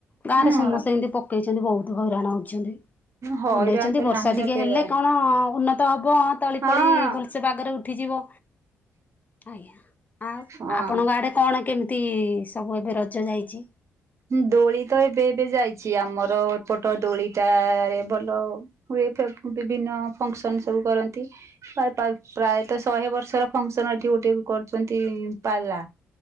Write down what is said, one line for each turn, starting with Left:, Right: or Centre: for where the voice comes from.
Left: ଗାଁ
Right: ହୁଁ
Left: ରେ ସମସ୍ତେ ଏମିତି ପକେଇଛନ୍ତି ବହୁତ ହଇରାଣ ହଉଛନ୍ତି।
Right: ହଇରାଣ
Left: ନେଇଛନ୍ତି
Right: ତ
Left: ବର୍ଷା
Right: ନାହିଁ
Left: ଟିକେ
Right: ନ କେଇବା
Left: ହେଲେ କଣ ଉନ୍ନତ ହବ। ତଳି
Right: ହଁ।
Left: ଫଳି ଭଲସେ ବାଗରେ ଉଠିଯିବ ଆଜ୍ଞା ଆଉ
Right: ହଁ
Left: ଆପଣଙ୍କ ଆଡ଼େ କଣ କେମିତି ସବୁ ଏବେ ରଜ ଯାଇଛି?
Right: ଦୋଳି ତ ଏବେ ଏବେ ଯାଇଛି ଆମର ଏପଟ ଦୋଳିଟାରେ ଭଲ ହୁଏ ଫେ ବିଭିନ୍ନ ଫଙ୍କସନ ସବୁ କରନ୍ତି। ପ୍ରାୟତଃ ଶହେ ବର୍ଷର ଫଙ୍କସନ ଏଠି ଗୋଟେ କରୁଛନ୍ତି ପାଲା।